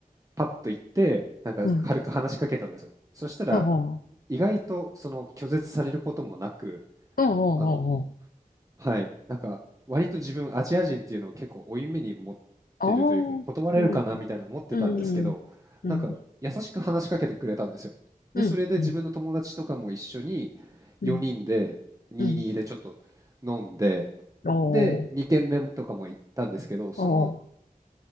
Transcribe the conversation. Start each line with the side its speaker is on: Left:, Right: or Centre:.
Right: パッと行って、なんか軽く話しかけたんですよ。
Left: うん。
Right: そしたら、
Left: おお。
Right: 意外とその拒絶されることもなく、
Left: おお。おお。
Right: あの、はい。なんか、割と自分、アジア人っていうのを結構負い目に持ってるというか、
Left: おお。
Right: 断れるかなみたいな思ってたんですけど、
Left: うん。うん。うん。
Right: なんか、優しく話しかけてくれたんですよ。で、
Left: うん。
Right: それで自分の友達とかも一緒に4人で、
Left: うん。うん。
Right: 2人でちょっと飲んで、
Left: うん。おお。
Right: で、2軒目もとかも行ったんですけど、その
Left: おお。